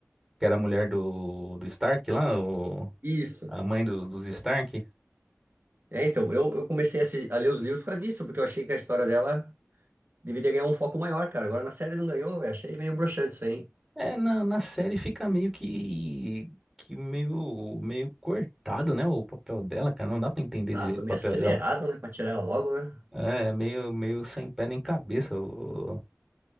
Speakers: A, in the centre; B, on the right (about 45°).
A: que era a mulher do, do Stark lá, o-
B: Isso.
A: a mãe do- dos Stark.
B: É, então, eu, eu comecei a, assis- a ler os livros por causa disso, porque eu achei que a história dela deveria ganhar um foco maior, cara. Agora na série não ganhou, velho. Achei meio broxante isso aí. hein?
A: É, na, na série fica meio que, que meio, meio cortado, né, o papel dela, cara. Não dá pra entender
B: Ah,
A: direito
B: foi
A: o papel
B: meio acelerado,
A: dela.
B: né? Pra tirar ela logo, né?
A: É, é meio, meio sem pé nem cabeça o,